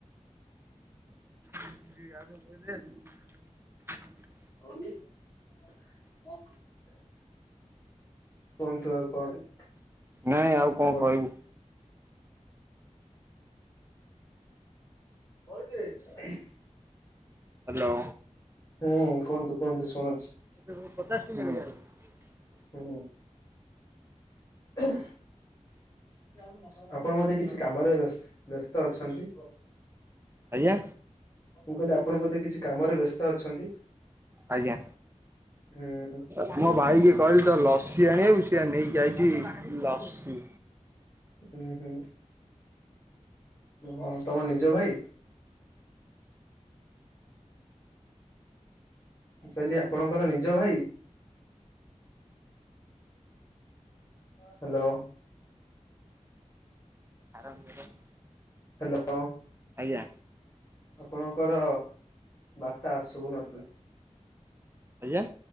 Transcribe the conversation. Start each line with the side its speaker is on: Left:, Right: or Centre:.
Right: <unintelligible>
Left: ଆଉ କୁହନ୍ତୁ ଆଉ କଣ?
Right: ନାଇଁ ଆଉ କଣ
Left: ଆପଣ
Right: କହିବୁ।
Left: କଣ କିରେ?
Right: ହ୍ୟାଲୋ
Left: ହୁଁ କୁହନ୍ତୁ କୁହନ୍ତୁ ଶୁଣୁଛି।
Right: ସେ କଣ ପଚାଶଟଙ୍କିଆ ନେଇକି <unintelligible>
Left: ହୁଁ। ଉଁହୁଁ। <unintelligible> ଆପଣ ମତେ କିଛି କାମରେ ବେସ ବ୍ୟସ୍ତ ଅଛନ୍ତି?
Right: ଆଜ୍ଞା?
Left: ମୁ କହିଲି ଆପଣ ବୋଧେ କିଛି କାମରେ ବ୍ୟସ୍ତ ଅଛନ୍ତି?
Right: ଆଜ୍ଞା।
Left: ହୁଁ
Right: <inaudible> ମୋ ଭାଇକି କହିଲି ତ ଲସି ଆଣିବାକୁ ସେ ନେଇକି ଆସିଚି <inaudible> ଲସି।
Left: ହୁଁ ହୁଁ ହଁ <inaudible> ତମ ନିଜ ଭାଇ? ମୁଁ କହିଲି ଆପଣଙ୍କର ନିଜ ଭାଇ? ହ୍ୟାଲୋ।
Right: ହାରାମଯାଦା।
Left: ହ୍ୟାଲୋ।
Right: ଆଜ୍ଞା।
Left: ଆପଣଙ୍କର ବାର୍ତ୍ତା ଆସବୁ ନଥିଲା।
Right: ଆଜ୍ଞା।